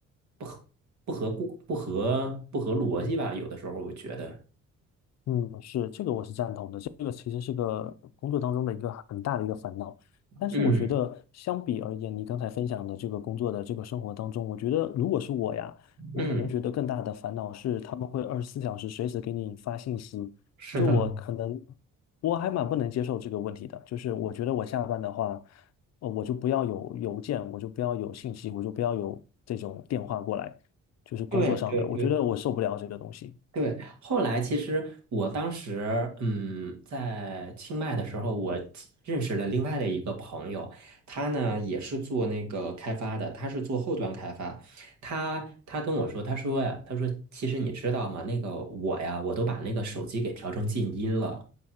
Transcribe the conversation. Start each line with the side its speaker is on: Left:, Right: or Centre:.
Right: 不合不合顾不合不合逻辑吧？有的时候我觉得，
Left: 嗯，是，这个我是赞同的。这个其实是个工作当中的一个很大的一个烦恼。但是我觉得，
Right: 嗯
Left: 相比而言，你刚才分享的这个工作的这个生活当中，我觉得如果是我呀，我可能觉得更大的烦恼是他们会二十四小时随时给你发信息。
Right: 嗯，是的。
Left: 就我可能，我还蛮不能接受这个问题的。就是我觉得我下班的话，呃，我就不要有邮件，我就不要有信息，我就不要有这种电话过来，就是工作上的，
Right: 对对对
Left: 我觉得我受不了这个东西。
Right: 对，后来其实我当时，嗯，在清迈的时候，我其认识了另外的一个朋友，他呢也是做那个开发的，他是做后端开发。他他跟我说，他说呀，他说其实你知道吗？那个我呀，我都把那个手机给调成静音了。